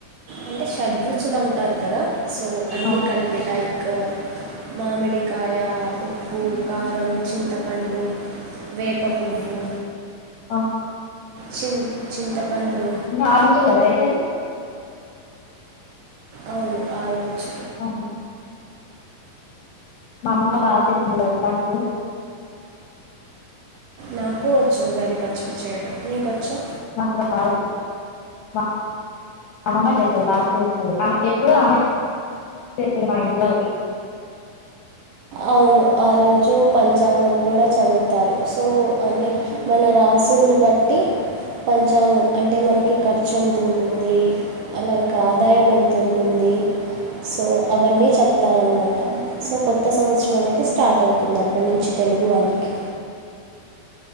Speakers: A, on the right (about 75°); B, on the left (about 75°).
A: అంటే షడ్ రుచులు అంటారు కదా సో అన్నీ
B: ఆ
A: కలిపి లై క్ మామిడికాయ ఉప్పు కారం చింతపండు వేప పువ్వు
B: ఆ
A: చిన్ చింతపండు
B: ఆరు రుచులు కదా వేసేది
A: అవును ఆరు రుచు
B: ఆహా మా అమ్మమ్మ బాగా చేసింది తెలుసా నీకు
A: నాకూ వచ్చు ఉగాది పచ్చడి చేయడం నీకొచ్చా
B: నాకు రాదు మా అమ్మమ్మ చేస్తది బాగా చేస్తది ఆమె ఎప్పుడు ఆమె చేస్తది మా ఇంట్లో
A: అవును ఆ రోజు పంచాంగం కూడా చదువుతారు సో అంటే మన రాసుల్ని బట్టి పంచాంగం అంటే మనకి ఖర్చు ఎంత ఉంటుంది లైక్ ఆదాయం ఎంత ఉంటుంది సో అవన్నీ చెప్తారనమాట సో కొ కొత్త సంవత్సరం అనేది స్టార్ట్ అవుతుంది అప్పటినుంచి తెలుగు వాళ్ళకి